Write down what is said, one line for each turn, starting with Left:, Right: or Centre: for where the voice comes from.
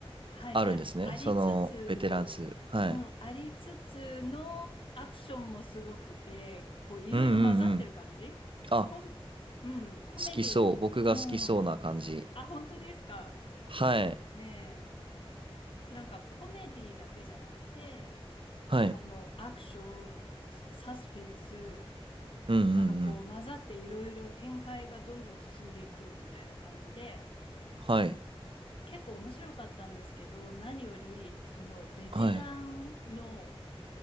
Left: はいはい。
Right: あるんですね。
Left: ありつつ、
Right: その、ベテラン2。はい。
Left: うん、ありつつのアクションもすごくて、こういろいろ混ざってる感じこ、
Right: うんうんうん。あ、
Left: うん、コメディ、
Right: 好きそう。僕が好きそうな感じ。
Left: うん。あ、本当ですか。
Right: はい。
Left: ねえ。なんかコメディだけじゃなくて、
Right: はい。
Left: あの、アクション、ササスペンス、
Right: うんうんうん。
Left: なんかこう混ざっていろいろ展開がどんどん進んでいくみたいな感じで、
Right: はい。
Left: 結構面白かったんですけど、何より、そのベテランの
Right: はい。